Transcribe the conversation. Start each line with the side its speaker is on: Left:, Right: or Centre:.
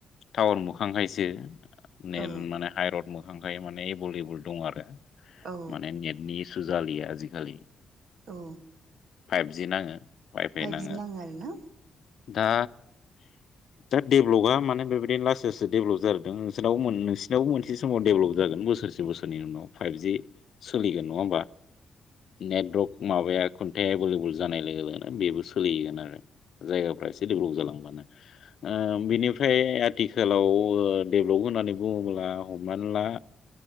Left: टाउन मोखांखायसो मेन
Right: औ
Left: माने भट मोखांखाय माने एबोल लेबल दं आरो
Right: औ
Left: माने नेटनि इसु जालिया आजिखालि।
Right: औ
Left: फाइभ जि नाङो वाइ फाइ
Right: फाइभजि
Left: नाङो
Right: आरोना
Left: दा दा डेभलजआ माने बेबायदिनो लासै लासै डेभल जालांदों। नोंसिनावमोन नोंसिरनावबो मोन से समाव डेभलप जागोन। बोसोरसे बोसोरनि उनाव फाइभजि सोलिगोन नङा होमबा? नेटवर्क माबाया
Right: औ
Left: खुन्थाया एबुल एबुल जानाय लोगो लोगोनो बेबो सोलिगोन आरो जायगाफ्रा एसे डेभलप जालांबानो। औ बिनिफ्राय आथिखालाव ओ डेभलप होननानै बुङोब्ला। मनोना